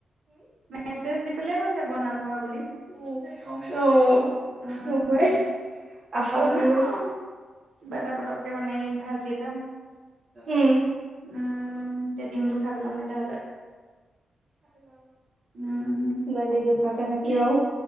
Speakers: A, on the right; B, on the right.
A: মেছেজ দি পেলাই কৈছে বনাবা বুলি।
B: উম, <unintelligible>
A: উম
B: চবৰে আশা
A: বনাম
B: ভাঙি গ'ল।
A: আও কিবা এটা পতককে বনাই দিম ভাজি এটা
B: উম। <inaudible>
A: উম তেতিয়া ডিমটো খাই পেলাম তেতিয়াহ'লে উম
B: ইমান দিন নোখোৱাকৈ থাকি আৰু